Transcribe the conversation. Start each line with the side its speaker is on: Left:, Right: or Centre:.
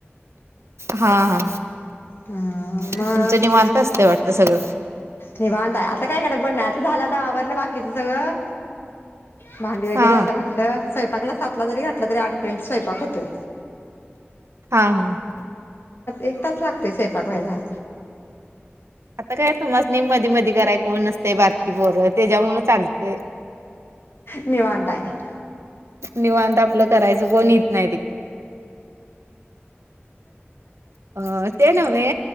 Right: हा हा
Left: अं मग
Right: तुमचं निवांत असत वाटत सगळं.
Left: निवांत आहे. आता काय गडबड नाही. आता झालं तर आवरलं बाकीचं सगळं. भांडी वगैरे.
Right: हा
Left: आता म्हटलं स्वयपाकला सातला जरी घातलं तरी आठपर्यंत स्वयपाक होतोय.
Right: हा हा.
Left: एक तास लागते सैपाक व्हायला.
Right: आता काय समज नाही मधी मधी कराय कोण असते बारकी पोर त्याच्यामुळ चालतंय.
Left: निवांत आहे
Right: निवांत आपलं करायचं कोण येत नाही ते. अ. ते नव्हे.